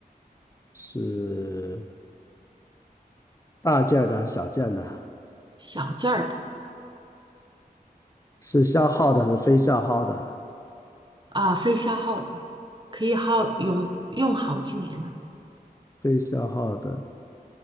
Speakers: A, on the left; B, on the right.
A: 是大件儿的还是小件的？
B: 小件儿的
A: 是消耗的还是非消耗的？
B: 啊，非消耗的，可以耗用用好几年呢。
A: 非消耗的